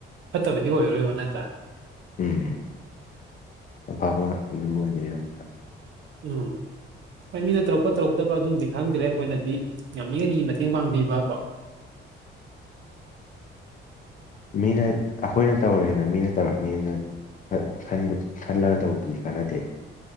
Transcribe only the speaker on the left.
ꯎꯝ <unintelligible>
ꯃꯤꯅ ꯑꯈꯣꯏꯅ ꯇꯧꯔꯦꯅ ꯃꯤꯅ ꯇꯧꯔꯛꯅꯤꯅ ꯈꯟꯕꯗꯨ ꯈꯜꯂꯒ ꯇꯧꯕꯗꯨꯗꯤ ꯀꯥꯟꯅꯗꯦ